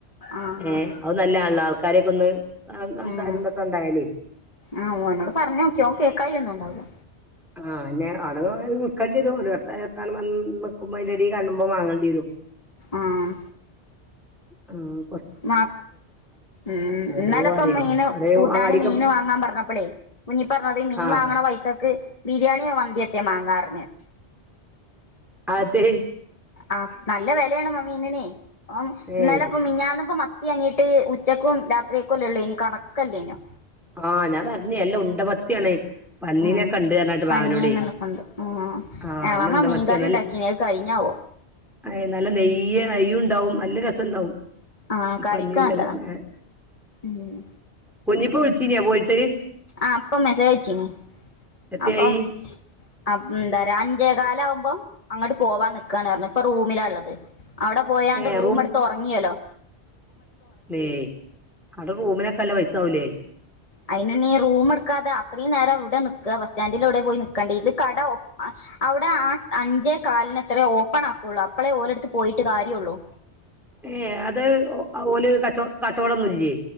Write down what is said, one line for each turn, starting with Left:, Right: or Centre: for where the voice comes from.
Left: ആഹ്
Centre: ഏഹ് അഹ് നല്ലാൺല്ലോ ആൾക്കാരെക്കൊന്ന് അം അംസാരം
Left: ഉം
Centre: തൊക്കെ ണ്ടായാല്
Left: ആഹ് ഓനോട് പർഞ്ഞോക്കി ഓൻ കേക്കായി ഒന്നുംണ്ടാവ് ല
Centre: ആഹ് ആട പോയാ ങ്‌ നിക്കണ്ട്യരു. <unintelligible> നിക്കുമ്പോ അയിന്റെടേ കണ്ണും പ്പം വാങ്ങേണ്ട്യരും
Left: ആഹ്
Centre: ആഹ്
Left: മാ ഉം
Centre: ഓൻ പോവാ
Left: ന്നലെ പ്പം
Centre: അറിയില്ല
Left: മീന്
Centre: അവിടെ
Left: കൂട്ടാന്
Centre: അങ്ങാടിക്ക്
Left: മീന് വാങ്ങാൻ പറഞ്ഞപ്പളേ കു ഞ്ഞിപ്പ പർഞാതിരി മീൻ
Centre: ആ
Left: വാങ്ങണ പൈസക്ക് ബിരിയാണ്യോ മന്തി ഏതേം മാങ്ങാർഞ്ഞ്
Centre: അതെ
Left: ആഹ് നല്ല വെലേണ് മ മീന് നെ. ഓം ഇന്നലെപ്പം
Centre: ഏ
Left: മിനിഞ്ഞാന്ന് പ്പം മ ത്യാങ്ങിയിട്ട് ഉച്ചക്കും രാത്രിക്കുംല്ലേ ഉള്ളേഞ്ഞി. കണക്കല്ലേഞ്ഞോ
Centre: ആഹ് ഞാൻ പർഞ് എല്ലാ ഉണ്ട മത്തിയാണേ. പൻന്നീനെക്കെ
Left: ഉം
Centre: ഇണ്ട് അർഞ്ഞണ്ട്
Left: പഞ്ഞിയന്നണ്ട്
Centre: ബാവനോടേ
Left: ഉം
Centre: ആഹ്
Left: എളമ
Centre: നല്ല ഉണ്ട
Left: മീൻകറി
Centre: മത്തിയാ നല്ല
Left: ഉണ്ടാക്കീനി അത് കഴിഞ്ഞാവോ
Centre: ഏഹ് നല്ല നെയ്യ് അയ്യു ഉണ്ടാവും നല്ല രസണ്ടാവും
Left: ആഹ് കറിക്കാല്ലതാ
Centre: പന്നീന്റെ ഏഹ്
Left: ഉം
Centre: കുഞ്ഞിപ്പ വിളിച്ചീഞ്യോ പോയിട്ട്!?
Left: ആഹ് ഇപ്പം മെസേജ് അയ്ച്ചിന്
Centre: എത്തയായി?
Left: അപ്പം അപ് ഉം ന്താറ്യ അഞ്ചേ കാലാഉമ്പം അങ്ങട്ട് പോവാൻ നിക്കാണ് ആറ്ഞ്ഞു ഇപ്പൊ റൂമിലാ ഇള്ളത് ഔടെ പോയാണ്ട്
Centre: ഏഹ്
Left: റൂമ് എടുത്ത് ഒറങ്ങിയേല്ലോ
Centre: വേയ് ഔടെ റൂമ്നൊക്കെ അല്ല പൈസ ആവൂലെ
Left: അയിനിണീ റൂമ് ഇട്ക്കാതെ അത്രീം നേരം ഇവ്ടെ നിക്ക ബസ് സ്റ്റൻഡിലൗ ടെം പോയി നിക്കണ്ടെ. ഇത് കട ഒപ്പ് ഔടെ ആ അഞ്ചേ കാലിനത്രെ ഓപ്പൺ ആക്കൊള്ളു അപ്പളേ ഓരെടുത്ത് പോയിട്ട് കാര്യൊള്ളൂ
Centre: ഏഹ് അത് ഓ അഹ് ഓല് കച്ചൊ കച്ചോടൊന്നുല്ലേ